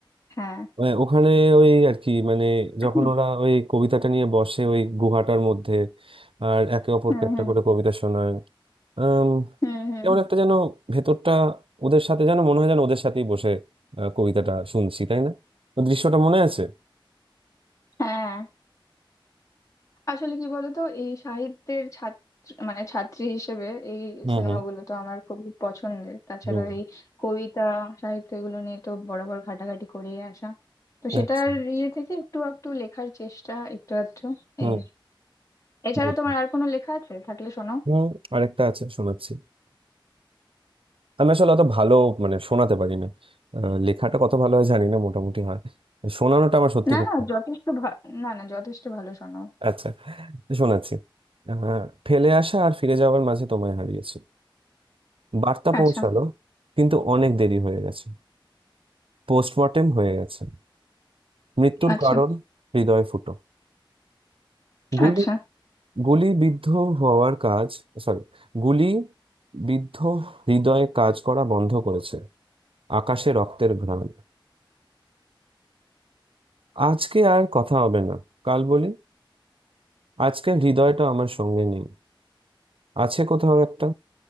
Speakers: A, on the left; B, on the right.
A: হ্যাঁ
B: ওই- ওখানে ওই আর কি মানে যখন
A: হুম
B: ওরা ওই কবিতাটা নিয়ে বসে ওই গুহাটার মধ্যে আর একে অপরকে
A: হুম
B: একটা
A: হুম
B: করে কবিতা শোনায় আম,
A: হুম হুম।
B: কেমন একটা যেন ভেতরটা ওদের সাথে যেন মনে হয় যেন ওদের সাথেই বসে আহ, কবিতাটা শুনছি তাই না ওই দৃশ্যটা মনে আছে
A: হ্যাঁ আসলে কি বলতো এই সাহিত্যের ছাত্র মানে ছাত্রী হিসেবে এই
B: হুম
A: সিনেমাগুলো
B: হুম
A: তো আমার খুবই পছন্দের তাছাড়া
B: হুম
A: এই কবিতা সাহিত্য এগুলো নিয়ে তো বরাবর ঘাটাঘাটি করেই আসা তো সেটার
B: আচ্ছা
A: ইয়ে থেকে একটু একটু লেখার চেষ্টা একটু আধটু
B: হুম
A: এই এছাড়া
B: বুঝলাম
A: তোমার আর কোনো লেখা আছে থাকলে শোনাও
B: হুম আরেকটা আছে শোনাচ্ছি আমি আসলে অত ভালো মানে শোনাতে পারি না আহ, লেখাটা কত ভালো হয় জানি না মোটামুটি হয় শোনানোটা আমার সত্যি
A: না
B: খুব
A: না
B: ভালো
A: যথেষ্ট ভা- না না যথেষ্ট ভালো শোনাও
B: আচ্ছা তো শোনাচ্ছি আহ, ফেলে আসা আর ফিরে যাওয়ার মাঝে তোমায় হারিয়েছি বার্তা পৌঁছালো
A: আচ্ছা
B: কিন্তু অনেক দেরি হয়ে গেছে পোস্টমর্টেম হয়ে গেছে মৃত্যুর
A: আচ্ছা
B: কারণ হৃদয় ফুটো গুলি
A: আচ্ছা
B: গুলিবিদ্ধ হওয়ার কাজ সরি গুলি বিদ্ধ হৃদয়ে কাজ করা বন্ধ করেছে আকাশে রক্তের ঘ্রাণ আজকে আর কথা হবে না কাল বলি আজকে হৃদয়টা আমার সঙ্গে নেই আছে কোথাও একটা